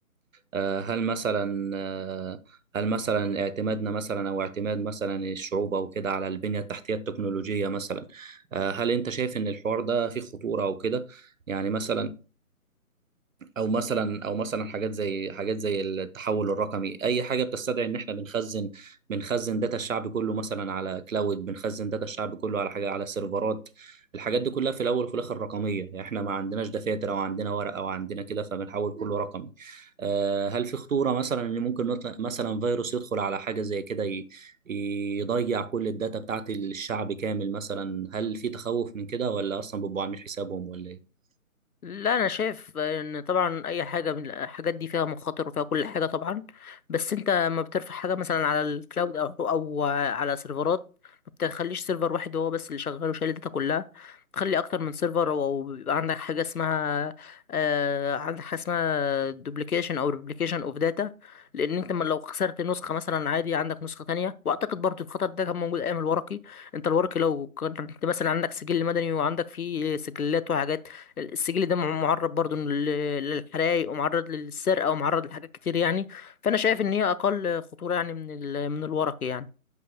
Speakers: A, on the right; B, on the left.
A: آه، هل مثلا آه، هل مثلا اعتمادنا مثلا او اعتماد مثلا الشعوب او كده على البنية التحتية التكنولوجية مثلا آه، هل انت شايف ان الحوار ده فيه خطورة او كده يعني مثلا او مثلا او مثلا حاجات زي حاجات زي التحول الرقمي اي حاجه بتستدعي ان احنا بنخزن بنخزن داتا الشعب كله مثلا على كلاود بنخزن داتا الشعب كله على حاجه على سيرفرات الحاجات دي كلها في الاول وفي الاخر رقميه يعني احنا ما عندناش دفاتر او عندنا ورق او عندنا كده فبنحول كله رقمي آه، هل في خطوره مثلا ان ممكن نطلع مثلا فيروس يدخل على حاجه زي كده ي- يضيع كل الداتا بتاعت الشعب كامل مثلا هل في تخوف من كده ولا اصلا بيبقوا عاملين حسابهم ولا ايه
B: لا انا شايف ان طبعا اي حاجه من الحاجات دي فيها مخاطر وفيها كل حاجه طبعا بس انت ما بترفع حاجه مثلا على الكلاود او او على سيرفرات ما بتخليش سيرفر واحد هو بس اللي شغال وشايل الداتا كلها تخلي اكتر من سيرفر او بيبقى عندك حاجه اسمها آه عندك حاجه اسمها دوبليكيشن او ريبليكيشن اوف داتا لان انت ما لو خسرت نسخه مثلا عادي عندك نسخه تانية واعتقد برضو الخطر ده كان موجود ايام الورقي انت الورقي لو كنت مثلا عندك سجل مدني وعندك فيه سجلات وحاجات السجل ده مع- معرض برضو لل- للحرايق ومعرض للسرقة ومعرض لحاجات كتير يعني فأنا شايف إن هي أقل خطورة يعني من ال... من الورقي يعني